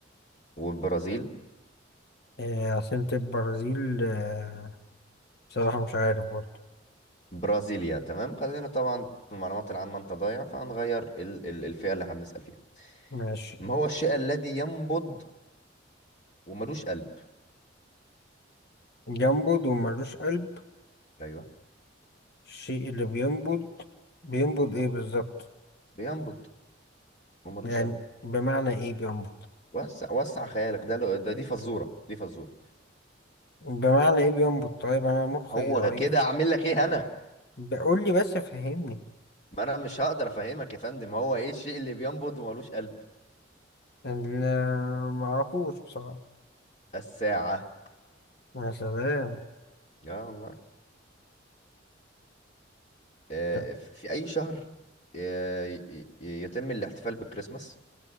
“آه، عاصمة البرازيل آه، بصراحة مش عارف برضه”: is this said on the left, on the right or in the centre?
Left